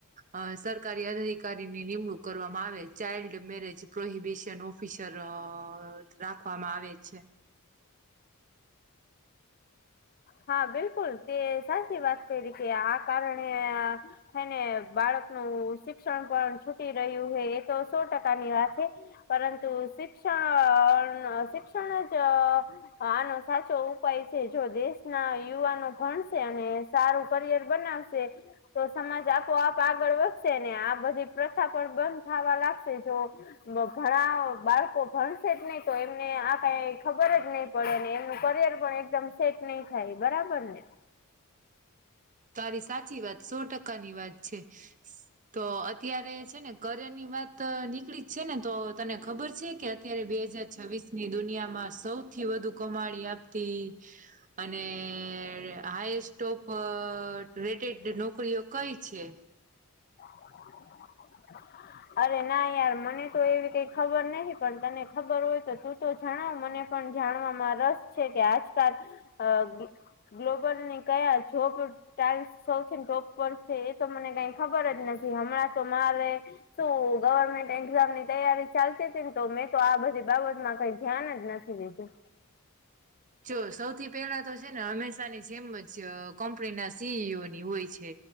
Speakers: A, on the right (about 35°); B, on the left (about 40°).
A: અ સરકારી અધિકારીને નિમણૂક કરવામાં આવે ચાઇલ્ડ મેરેજ પ્રોહિબિશન ઓફિસર રાખવામાં આવે છે
B: હા બિલકુલ તે સાચી વાત કરી કે આ કારણે હને બાળક નું શિક્ષણ પણ છૂટી રહ્યું હ એ તો સો ટકા ની વાત છે પરંતુ શિક્ષણ શિક્ષણ જ હા ન સાચો એવું કઈ છે જો દસ ના યુવાનો ભણશે અને સારું કરિયર બનાવશે તો સમાજ આપોઆપ આગળ વધશે ને આ બધી પ્રથા પણ બંધ થવા લાગશે જો ઘણા બાળકો ભણસે જ નહી તો એમને આ કઈ ખબર જ નહી પડેને એમનું કરિયર પણ એકમ સેટ નહી થાય બરાબર ને
A: તારી સાચી વાત સો ટકાની વાત છે તો અત્યારે છે ને કરર ની વાત નીકળી જ છે ને તો તને ખબર છે કે અત્યારે બે હજાર છવ્વીસની દુનિયામાં સૌથી વધુ કમાણી આપી અને હાય સોફ અ રેટેડ નોકરીઓ કઈ છે
B: હા અરે ના યાર મને તો એવી કઈ ખબર નહી પણ તને ખબર હોય તો તું તો જણાવ મને પણ જાણવામાં રસ છે કે આજકાલ ગ્લોબલ ની કયા છોપ. ટઇલ્સ સૌથી ટોપ પર છે એ તો મને કઈ ખબર જ નથી હમણાં તો મારે શું ગવર્મેન્ટ એક્ઝામ ની તૈયારી ચાલતી હતી ને તો મેં તો આ બધી બાબતમાં કઈ ધ્યાન જ નથી. બ છે.
A: જો સૌથી પહેલા તો છે ને હંમેશાની જેમ જ કંપનીના સીઈઓ ની હોય છે.